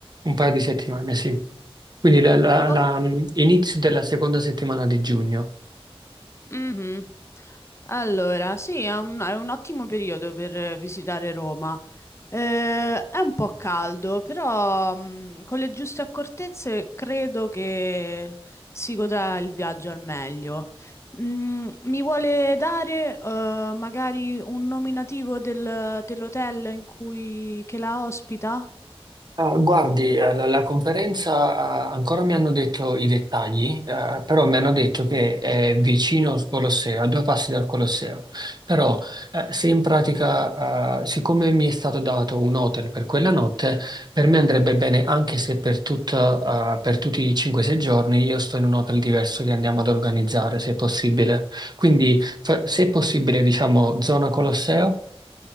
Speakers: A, on the right (about 45°); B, on the left (about 25°).
A: un paio di settimane, sì. Quindi la- la-
B: Ok.
A: la- mm, inizio della seconda settimana di giugno.
B: Mhm. Allora, sì, è un, è un ottimo periodo per eh, visitare Roma. Eh, è un po' caldo, però mh, con le giuste accortezze credo che si godrà il viaggio al meglio. Mm, mi vuole dare eh, magari un nominativo del- dell'hotel in cui che la ospita?
A: Ah, guardi, eh, la, la conferenza, ah, ancora mi hanno detto i dettagli, eh, però mi hanno detto che è vicino al Colosseo, a due passi dal Colosseo. Però, eh, se in pratica, eh, siccome mi è stato dato un hotel per quella notte, per me andrebbe bene anche se per tutta, eh, per tutti i 5-6 giorni io sto in un hotel diverso che andiamo ad organizzare, se possibile. Quindi, fa- se è possibile, diciamo, zona Colosseo,